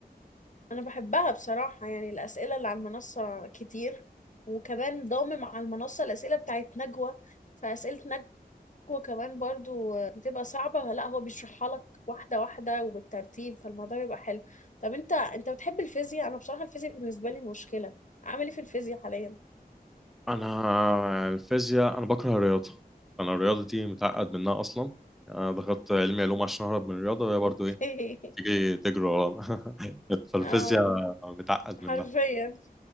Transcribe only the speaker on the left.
انا بحبها بصراحة يعني الأسئلة اللي على المنصة كتير وكمان ضامم على المنصة الأسئلة بتاعت نجوى فأسئلة نجوى كمان برضو بتبقى صعبة لا هو بيشرحها لك واحدة واحدة وبالترتيب فالموضوع بيبقى حلو طب انت انت بتحب الفيزياء انا بصراحة الفيزياء بالنسبة لي مشكلة عامل ايه في الفيزياء حاليا
اوكي
<laughs>
اه
حرفيا